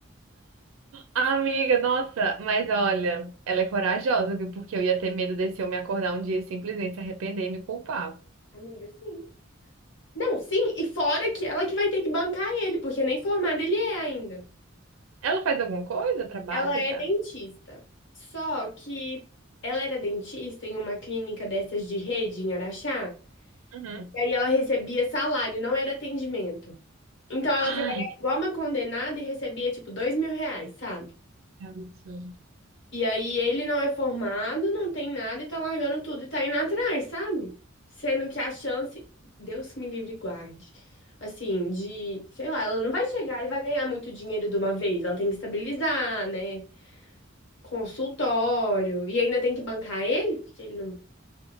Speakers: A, on the right; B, on the left.
A: Amiga, nossa, mas olha, ela é corajosa, viu? Porque eu ia ter medo desse homem acordar um dia e simplesmente se arrepender e me culpar.
B: Amiga, sim. Não, sim, e fora que ela que vai ter que bancar ele, porque nem formada ele é ainda.
A: Ela faz alguma coisa? Trabalha
B: Ela é
A: já?
B: dentista. Só que ela era dentista em uma clínica dessas de rede em Araxá.
A: Uhum.
B: E aí ela recebia salário, não era atendimento. Então ela
A: Ai,
B: trabalhava igual uma condenada e recebia tipo dois mil reais, sabe?
A: que absurdo.
B: E aí ele não é formado, não tem nada e tá largando tudo e tá indo atrás, sabe? Sendo que a chance, Deus me livre e guarde. Assim, de, sei lá, ela não vai chegar e vai ganhar muito dinheiro de uma vez. Ela tem que estabilizar, né? Consultório. E ainda tem que bancar ele, porque ele não.